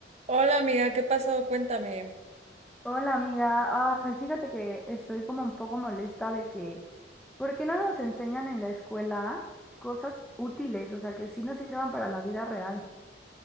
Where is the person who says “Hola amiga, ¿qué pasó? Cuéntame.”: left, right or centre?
Right